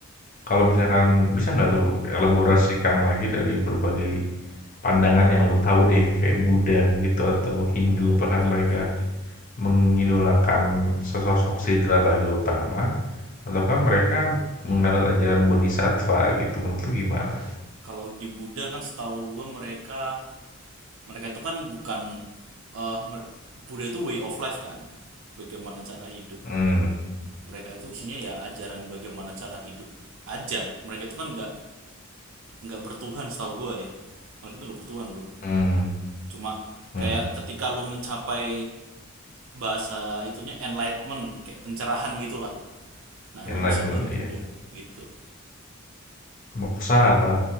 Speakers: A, on the left; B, on the right.
A: kalau
B: Eh,
A: misalkan bisa nggak lu elaborasikan lagi dari berbagai pandangan yang lu tahu deh, kayak Buddha gitu atau Hindu,
B: oh
A: apakah
B: oke
A: mereka
B: oke oke
A: mengidolakan sesosok Siddhartha Gautama ataukah mereka menganut ajaran Bodhisattva gitu menurut lu gimana?
B: Kalau di Buddha kan setahu gue mereka mereka itu kan bukan eh Buddha itu way of life kan. Bagaimana cara hidup.
A: Hmm,
B: Mereka itu isinya ya ajaran bagaimana cara hidup aja. Mereka itu kan nggak nggak bertuhan setahu gue ya. Mereka itu nggak bertuhan bro.
A: hmm,
B: Cuma
A: hmm.
B: kayak ketika lo mencapai bahasa itunya enlightenment kayak pencerahan gitulah nah
A: Enlightenment
B: lo bisa menjadi
A: ya.
B: Buddha gitu
A: Moksa apa